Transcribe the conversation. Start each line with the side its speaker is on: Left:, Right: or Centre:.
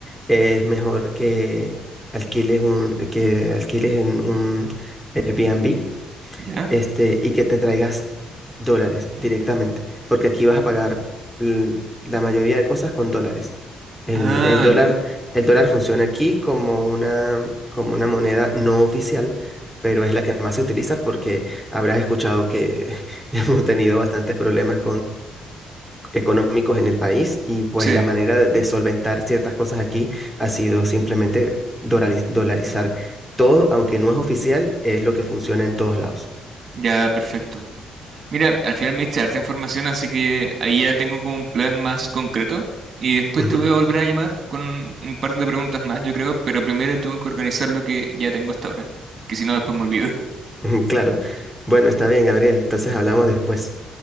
Centre: es mejor que alquiles un, que alquiles en un Airbnb,
Right: ¿Ya?
Centre: este, y que te traigas dólares directamente, porque aquí vas a pagar l- la mayoría de cosas con dólares. El,
Right: Ah,
Centre: el dólar,
Right: ya.
Centre: el dólar funciona aquí como una, como una moneda no oficial, pero es la que más se utiliza porque habrás escuchado que <laughs> hemos tenido bastantes problemas económicos en el país y pues
Right: Sí,
Centre: la manera de de solventar ciertas cosas aquí ha sido simplemente dolariz- dolarizar todo, aunque no es oficial, es lo que funciona en todos lados.
Right: ya, perfecto. Mira, al final me diste harta información, así que ahí ya tengo como un plan más concreto. Y después
Centre: Ujú,
Right: te voy a volver a llamar con un par de preguntas más, yo creo, pero primero tengo que organizar lo que ya tengo hasta ahora, que si no después me olvido. <laughs>
Centre: <laughs> ujú, Claro. Bueno, está bien, Gabriel. Entonces hablamos después.